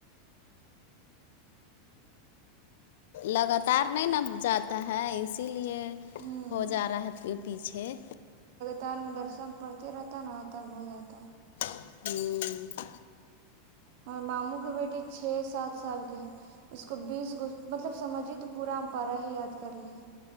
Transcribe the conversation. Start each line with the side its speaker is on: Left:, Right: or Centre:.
Left: لگاتار نہیں نب جاتا ہے اس اسی لیے
Right: ہوں
Left: ہو جا رہا ہے پیچھے
Right: تان م درسن پڑھتے رہتا نا تب ہو جاتا
Left: ہوں
Right: اورار ماموں کے بیٹی چھ سات سال کے ہے اس کو بیس گ مطلب سمجھیے تو پورا امپارا ہی یاد کر لیے